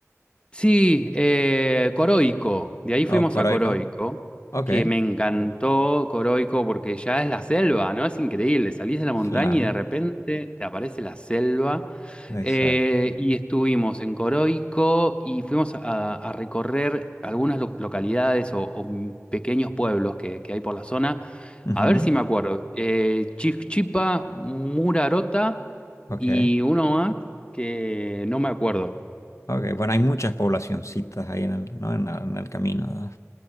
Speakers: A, on the left; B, on the left.
A: Sí, eh, Coroico, de ahí
B: Oh,
A: fuimos
B: Coroico.
A: a Coroico,
B: Ok,
A: que me encantó Coroico porque ya es la selva, ¿no? Es increíble, salís de la montaña
B: claro,
A: y de repente te aparece la selva.
B: exacto.
A: Eh, y estuvimos en Coroico y fuimos a, a recorrer algunas lo- localidades o, o pequeños pueblos que, que hay por la zona.
B: Ujú,
A: A ver si me acuerdo. Eh, Chichipa, Murarota
B: Ok.
A: y uno más que no me acuerdo.
B: Ok, bueno, hay muchas poblacioncitas ahí en el, ¿no? en la- en el camino, ¿no?